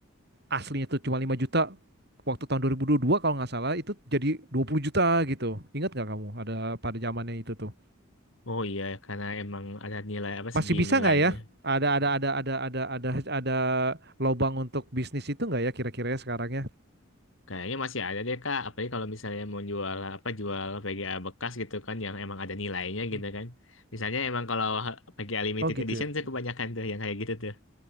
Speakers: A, on the right (about 50°); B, on the left (about 70°).
A: aslinya tuh cuma 5 juta, waktu tahun 2022 kalau nggak salah itu jadi 20 juta gitu. Ingat nggak kamu ada pada zamannya itu tuh?
B: Oh iya, karena emang ada nilai apa
A: Masih
B: segi
A: bisa
B: nilainya.
A: nggak ya? Ada ada ada ada ada ada ada lobang untuk bisnis itu nggak ya kira-kira ya sekarangnya?
B: Kayaknya masih ada deh Kak, apalagi kalau misalnya mau jual apa jual VGA bekas gitu kan yang emang ada nilainya
A: Hmm.
B: gitu kan. Misalnya emang kalau VGA limited
A: Oh gitu
B: edition
A: ya.
B: tuh kebanyakan tuh yang kayak gitu tuh.